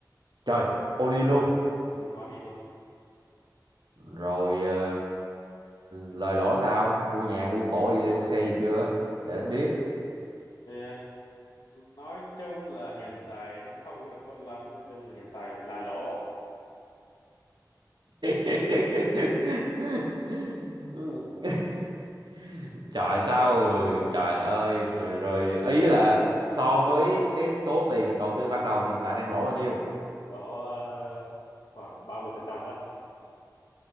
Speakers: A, on the right; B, on the left.
A: Trời, Oni luôn.
B: Ừ, all in luôn.
A: Rồi ờ, lời lỗ sao? Mua nhà, mua cổ, gì- mua xe gì chưa? Để anh biết.
B: Ờ, nói chung là hiện tại nó không có được tốt lắm, nói chung là hiện tại là lỗ,
A: <laughs> Trời sao rồi? trời ơi rồi rồi ý là so với cái số tiền đầu tư ban đầu hiện tại đang lỗ bao nhiêu?
B: lỗ ờ, khoảng 30% đó.